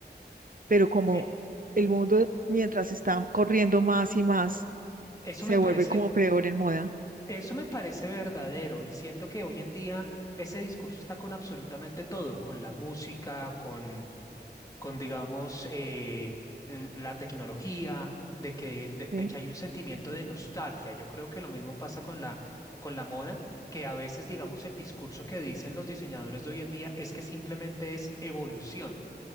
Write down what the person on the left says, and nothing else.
Eh,
eso
me
parece,
Eso me parece verdadero y siento que hoy en día ese discurso está con absolutamente todo, con la música, con, con digamos, eh, l- la tecnología, de que, de,
de que hay un sentimiento de nostalgia. Yo creo que lo mismo pasa con la, con la moda, que a veces, digamos, el discurso que dicen los diseñadores de hoy en día es que simplemente es evolución,